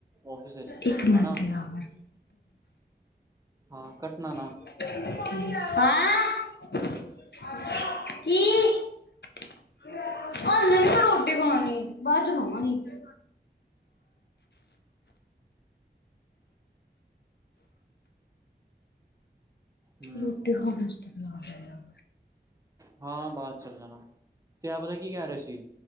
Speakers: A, on the right; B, on the left.
A: ੳਫਿਸ ਵਿੱਚ
B: ਇੱਕ ਮਿੰਟ
A: ਹਣਾ।
B: ਯਾਰ
A: ਹਾਂ। ਕੱਟਣਾ
B: ਠੀਕ,
A: ਨਾ
B: ਹੈਂ ਕੀ <unintelligible> ਹ <inaudible> ਰੋਟੀ ਖਾਣੀ ਬਾਅਦ ਚ ਖਾਵਾਂਗੀ। <inaudible>
A: ਹਮ
B: ਰੋਟੀ ਖਾਣ 'ਤੇ ਬਿਆਰ ਹੈਆ <inaudible>
A: ਹਾਂ ਬਾਅਦ ਚੱਲ ਜਾ ਗਾ ਤੇ ਆ ਪਤਾ ਕੀ ਕਹਿ ਰਹੇ ਸੀ।